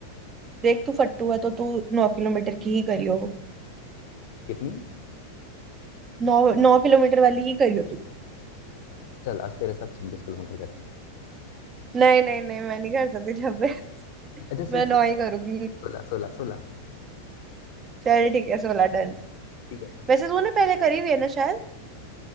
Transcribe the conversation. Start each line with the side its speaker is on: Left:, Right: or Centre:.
Right: देख तू फट्टू है तो तू नौ किलोमीटर की ही करियो
Left: कितनी
Right: नौ नौ किलोमीटर वाली ही करियो तू
Left: चल आज तेरे साथ छब्बीस किलोमीटर करेंगे
Right: नहीं नहीं नहीं मैं नहीं कर सकती जब <laughs> मैं
Left: अच्छा चल
Right: मैं नौ
Left: सोलह
Right: ही करूंगी
Left: सोलह सोलह सोलह
Right: चल ठीक है सोलह डन
Left: ठीक है
Right: वैसे तूने पहले करी हुई है ना शायद